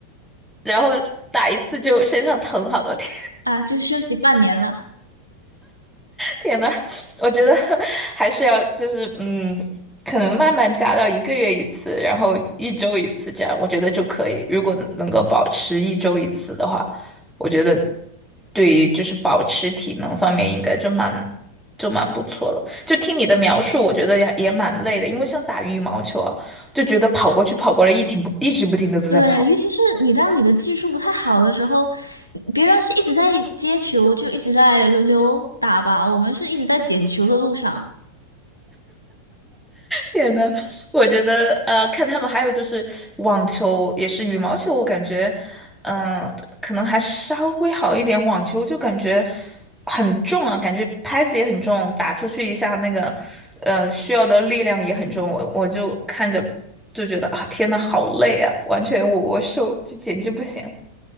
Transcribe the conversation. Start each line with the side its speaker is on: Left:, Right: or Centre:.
Centre: <laughs> 然后打一次就身上疼好多天。
Left: 啊，就休息半年了。
Centre: 天呐，我觉得 <laughs> 还是要就是嗯，可能慢慢加到一个月一次，然后一周一次这样，我觉得就可以。如果能够保持一周一次的话，我觉得对于就是保持体能方面应该就蛮就蛮不错了。就听你的描述，我觉得也也蛮累的，因为像打羽毛球啊，就觉得跑过去跑过来，一停不一直不停的都在跑。
Left: 对，尤其是你当你的技术不太好的时候，别人是一直在接球，就一直在轮流打吧，我们是一直在捡球的路上。
Centre: 天呐，我觉得呃，看他们还有就是网球，也是羽毛球，我感觉，嗯、可能还稍微好一点。网球就感觉很重啊，感觉拍子也很重，打出去一下那个，呃，需要的力量也很重。我我就看着就觉得啊，天呐，好累啊，完全我我受，这简直不行。